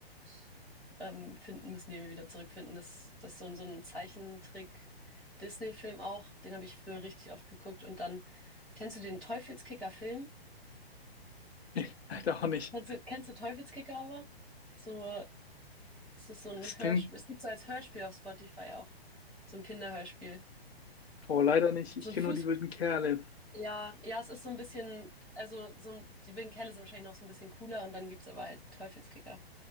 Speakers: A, in the centre; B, on the left (about 80°).
A: <laughs> ähm, finden, müssen die irgendwie wieder zurückfinden. Das, das ist so ein, so ein Zeichentrick-Disney-Film auch, den habe ich früher richtig oft geguckt. Und dann, kennst du den Teufelskicker-Film?
B: <laughs> Leider auch nicht.
A: Kennst du, kennst du Teufelskicker aber? So Es ist so ein
B: Das
A: Hörspiel,
B: klingt
A: es gibt so als Hörspiel auf Spotify auch. So ein Kinderhörspiel.
B: Boah, leider nicht.
A: So
B: Ich
A: ein
B: kenne
A: Fuß,
B: nur die wilden Kerle.
A: ja, ja, es ist so ein bisschen, also so ein, die Vin Kerle sind wahrscheinlich noch so ein bisschen cooler und dann gibt's aber halt Teufelskicker.